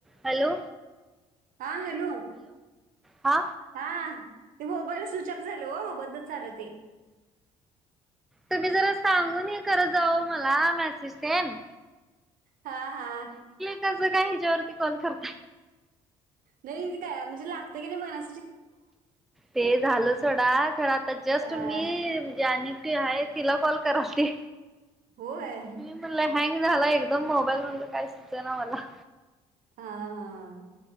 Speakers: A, in the centre; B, on the right (about 60°).
A: Hello
B: हा hello
A: हा
B: हा ते मोबाईल स्विचअप झालं हो बद्दल झाचालं ते
A: तुम्ही जरा सांगून हे खरं जाऊ मला मेसेज देन
B: हा हा
A: कस काय ह्याच्यावरती कोण करत
B: नाही काय म्हणजे लागत की नाही मना
A: ते झालं सोडा खरं आता जस्ट
B: हा,
A: मी म्हणजे आणि आहे तिला कॉल कराली
B: होय
A: मी म्हणल हँग झाला एकदा द मोबाईल म्हणलं काय सुचय ना मला
B: हा हा